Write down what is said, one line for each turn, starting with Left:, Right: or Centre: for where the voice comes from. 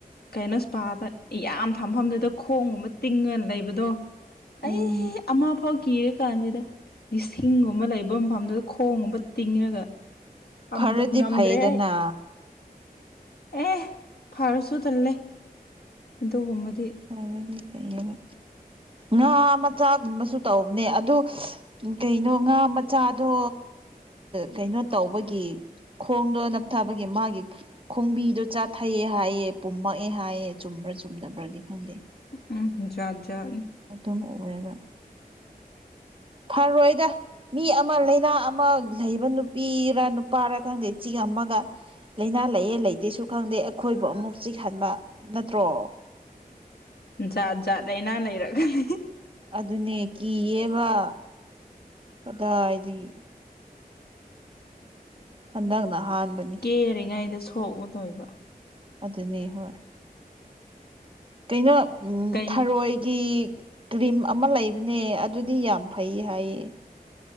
Left: ꯀꯩꯅꯣ ꯏꯁꯄꯥꯗ ꯌꯥꯝ ꯊꯝꯐꯝꯗꯨꯗ ꯈꯣꯡꯒꯨꯝꯕ ꯇꯤꯡꯉ ꯂꯩꯕꯗꯣ ꯑꯩ
Right: ꯎꯝ
Left: ꯑꯃꯐꯥꯎ ꯀꯤꯔ ꯀꯥꯟꯁꯤꯗ ꯂꯤꯁꯤꯡꯒꯨꯝꯕ ꯂꯩꯕ ꯃꯐꯝꯗꯨꯗ ꯈꯣꯡꯒꯨꯝꯕ ꯇꯤꯡꯉꯒ ꯐꯝꯃꯤꯗꯣ
Right: ꯐꯔꯗꯤ
Left: ꯉꯝꯗ꯭ꯔꯦ
Right: ꯐꯩꯗꯅ
Left: ꯑꯩ ꯑꯦ ꯐꯥꯔꯁꯨ ꯇꯜꯂꯦ ꯑꯗꯨꯒꯨꯝꯕꯗꯤ
Right: ꯑꯗꯨꯗꯤ ꯐꯩꯌꯦꯕ ꯉꯥ ꯃꯆꯥꯒꯨꯝꯕꯁꯨ ꯇꯧꯕꯅꯦ ꯑꯗꯨ ꯎꯝ ꯀꯩꯅꯣ ꯉꯥ ꯃꯆꯥꯗꯣ ꯀꯩꯅꯣ ꯇꯧꯕꯒꯤ ꯈꯣꯡꯗꯣ ꯅꯝꯊꯥꯕꯒꯤ ꯃꯥꯒꯤ ꯈꯣꯡꯕꯤꯗꯣ ꯆꯥꯊꯩꯑ ꯍꯥꯏꯌꯦ ꯄꯨꯝꯃꯛꯑꯦ ꯍꯥꯏꯌꯦ ꯆꯨꯝꯕ꯭ꯔꯥ ꯆꯨꯝꯗꯕ꯭ꯔꯗꯤ ꯈꯪꯗꯦ
Left: ꯎꯝ ꯖꯥꯠꯖꯥꯠꯅꯤ
Right: ꯑꯗꯨꯝ ꯑꯣꯏꯑꯦꯕ ꯐꯔꯣꯏꯗ ꯃꯤ ꯑꯃ ꯂꯩꯥꯅꯥ ꯑꯃ ꯂꯩꯕ ꯅꯨꯄꯤꯔꯥ ꯅꯨꯄꯥꯔꯥ ꯈꯪꯗꯦ ꯆꯤꯛꯑꯝꯃꯒ ꯂꯩꯅꯥ ꯂꯩꯌꯦ ꯂꯩꯇꯦꯁꯨ ꯈꯪꯗꯦ ꯑꯩꯈꯣꯏꯕꯨ ꯑꯃꯨꯛ ꯆꯤꯛꯍꯟꯕ ꯅꯠꯇ꯭ꯔꯣ
Left: ꯖꯥꯠ ꯖꯥꯠ ꯂꯩꯥꯏꯅꯥ ꯂꯩꯔꯛꯒꯅꯤ
Right: ꯑꯗꯨꯅꯦ ꯀꯤꯌꯦꯕ ꯀꯗꯥꯏꯗꯒꯤ ꯍꯟꯗꯛꯅ ꯑꯍꯥꯟꯕꯅꯤ
Left: ꯀꯦꯔꯤꯉꯩꯗ ꯁꯣꯛꯂꯨꯗꯣꯏꯕ
Right: ꯑꯗꯨꯅꯤ ꯍꯣꯏ ꯀꯩꯅꯣ ꯎꯝ
Left: ꯀꯩ
Right: ꯊꯔꯣꯏꯒꯤ ꯀ꯭ꯔꯤꯝ ꯑꯃ ꯂꯩꯕꯅꯦ ꯑꯗꯨꯗꯤ ꯌꯥꯝ ꯐꯩ ꯍꯥꯏꯌꯦ